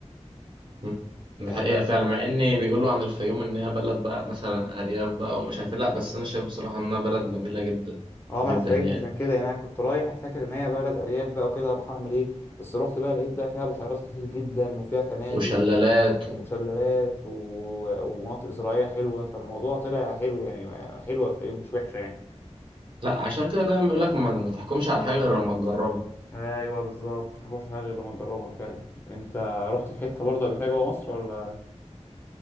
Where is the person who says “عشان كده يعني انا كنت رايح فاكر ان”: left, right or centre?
Left